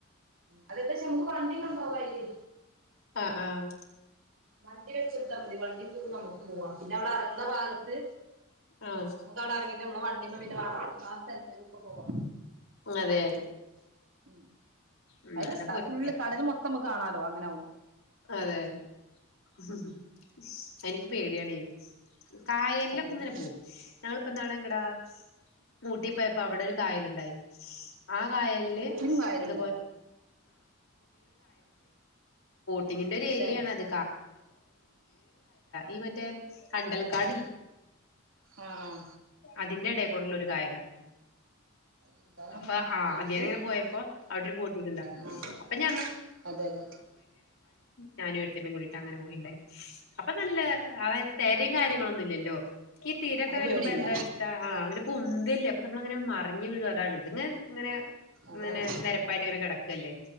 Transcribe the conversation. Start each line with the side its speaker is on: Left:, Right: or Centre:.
Right: അത് എന്താചാ നമുക്ക് വണ്ടി കൊണ്ട് പോവാ അതിലെ
Left: ആ ആ
Right: വണ്ടി വെച്ച വണ്ടി പോവു നമുക്കും പോവാ അവിടെ ഇറങ്ങണ ഭാഗത്ത്
Left: ആഹ്
Right: നമ്മക്ക് അവിടെ എറങ്ങിട്ട് നമ്മടെ വണ്ടീമേ ആ സ്ഥലത്തേക്കൊക്കെ പോവാം
Left: അതെ
Right: ഉം
Left: അങ്ങനെ
Right: അത് രസ്സ
Left: പോയിട്ടില്ല
Right: ഫുള്ള് കടല് മൊത്തം നമ്മ കാണാലോ അങ്ങനവുബോ
Left: അതെ ഹും
Right: ഉം
Left: ഹും എനിക്ക് പേടിയാണേടി കായലിലൊക്കെ
Right: അതെന്നെ
Left: ഇങ്ങനെ പോകും ഞങ്ങളെപ്പോ ഇന്നാള് എങ്ങോട്ടാ ഊട്ടി പോയപ്പോ അവിടെ ഒരു കായൽ ഇണ്ടായി ആ കായല്ല്
Right: ഊട്ടിലും കായലുണ്ടോ
Left: ഇത് തെങ്ങിന്റെ ഒരു
Right: അതെല്ലേ
Left: ഏരിയെണത് ഇ മറ്റേ കണ്ടാൽ കാ
Right: ആഹ്
Left: അതിന്റെ എടെ ഇവിടുള്ളൊരു കായലാ
Right: എന്താ
Left: അപ്പൊ ആ
Right: വന്നിട്ട്
Left: അദിയാനിങ്ങനെ
Right: ആ
Left: പോയപ്പോ അവിടെ ഒരു ബോട്ടിണ്ടായിരുന്നു
Right: എന്നിട്ട് ആഹ്
Left: രും
Right: അതെല്ലേ
Left: ഞാനും ഏട്ടത്തിയമ്മയും കൂടി അങ്ങനെ പോയിണ്ടായി നല്ല അ തിരയും കാര്യങ്ങളൊന്നുംല്ലല്ലോ ഈ തീരൊക്കെ
Right: അപ്പൊ
Left: വരുമ്പോ
Right: പേടില്ല
Left: എന്താ വച്ചിട്ടാ ആഹ് അങ്ങനെ പൊന്തില്ലേ അപ്പൊ നമ്മളങ്ങനെ മറിഞ്ഞ് വീഴു അതാണ് ഇത് ഇങ്ങനെ ഇങ്ങനെ
Right: അതാണ്
Left: നിരപ്പായിട്ട് ഇങ്ങനെ കിടക്കല്ലേ